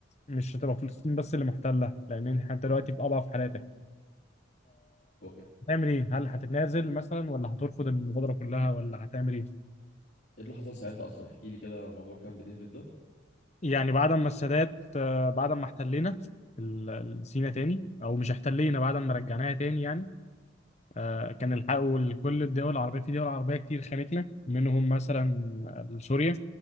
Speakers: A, on the left; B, on the left.
A: مش هتبقى فلسطين بس اللي محتله لان انت دلوقتي في اضعف حالاتك
B: هو كده.
A: هتعمل ايه؟ هل هتتنازل مثلا ولا هترفض المبادرة كلها ولا هتعمل ايه؟
B: ايه اللي حصل ساعتها اصلا احكي لي كده موضوع كان بديفيد ده
A: يعني بعد ما السادات آه، بعد ما احتلينا ال- ال- سينا تاني او مش احتلينا بعد ما رجعناها تاني يعني آه، كان الحقوا لكل الدول العربية في دول عربية كتير خانتنا منهم مثلا سوريا